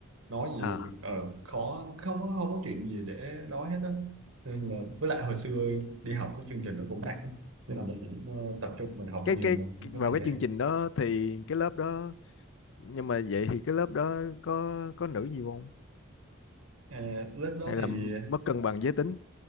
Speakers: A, on the right; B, on the left.
A: nói
B: à
A: gì ờ khó không có- không có chuyện gì để nói hết đó nên là với lại hồi xưa đi học cái chương trình nó cũng nặng lắm. nên là mình cũng ờ, tập trung mình học
B: cái
A: nhiều
B: cái
A: mình không
B: vào
A: có thời
B: cái
A: gian
B: chương trình đó thì cái lớp đó nhưng mà vậy thì cái lớp đó có có nữ nhiều không
A: à, lớp đó
B: hay là
A: thì
B: mất cân bằng giới tính